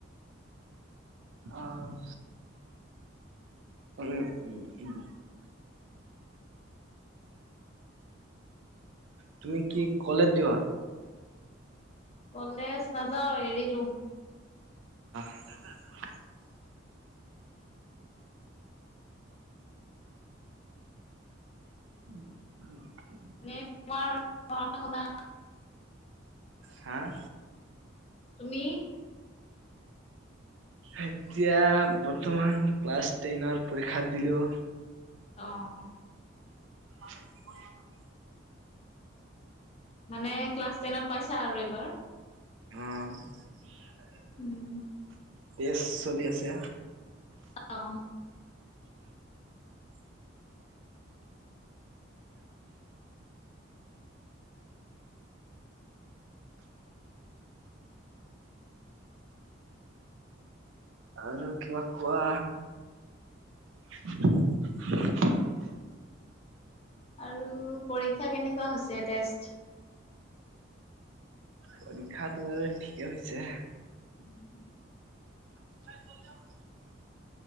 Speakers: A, on the right; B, on the left.
A: অ' উম, উম, উম, উম তুমি কি কলেজ যোৱা?
B: কলেজ নাযাওঁ এৰিলো।
A: <inaudible> উ উ
B: এনে তোমাৰ পঢ়া শুনা?
A: হাঁ
B: তুমি
A: এতিয়া বৰ্তমান ক্লাছ টেনৰ পৰীক্ষা দিলোঁ।
B: অ'
A: <inaudible>
B: মানে ক্লাছ টেনত পাইছা আৰু এইবাৰ?
A: অ'
B: উম
A: টেষ্ট চলি আছে।
B: অ'
A: <inaudible> <inaudible> <inaudible> আৰু কিবা কোৱা। <inaudible>
B: আৰু পৰীক্ষা কেনেকুৱা হৈছে টেষ্ট?
A: পৰীক্ষাটো বাৰু ঠিকেই হৈছে
B: উম।
A: <inaudible>